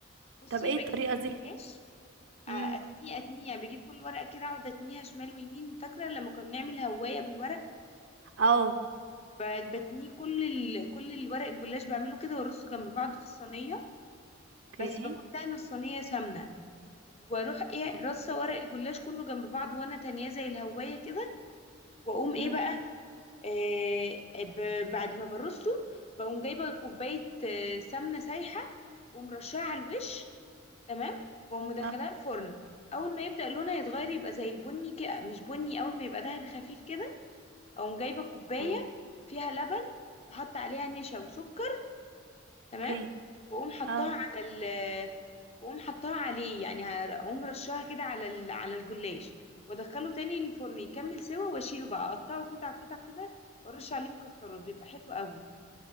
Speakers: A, on the left; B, on the right.
A: بصي
B: طب ايه
A: بجيب
B: الطريقه دي
A: جلاش آه،
B: امم
A: اتنيه اتنيه يعني بجيب كل ورقه كده اقعد اتنيها شمال ويمين فاكره لما كنا بنعمل هوايه بالورق
B: اه
A: ب- بتنيه كل ال... كل الورق الجلاش بعمله كده وارصه جنب بعض في الصينيه
B: اوكي
A: بس بكون دهن الصينيه سمنه واروح ايه
B: اوكي
A: رصه ورق الجلاش كله جنب بعض وانا تانية زي الهوايه كده واقوم ايه
B: امم
A: بقى آه ب- بعد ما برصه بقوم جايبه كوبايه آه، سمنه سايحه ومرشاها على الوش تمام واقوم مدخلاه
B: اه
A: الفرن اول ما يبدا لونها يتغير يبقى زي البني كده مش بني اول ما يبقى دهبي خفيف كده اقوم جايبه كوبايه
B: آه،
A: فيها لبن وحط عليها نشا وسكر تمام
B: اوكي
A: واقوم حطاها
B: اه
A: على ال واقوم حطاها عليه يعني هر- اقوم رشاها كده على ال... على الجلاش وادخله تاني الفرن يكمل سوا واشيله بقى اقطعه قطع قطع كده وارش عليه مكسرات بيبقى حلو قوي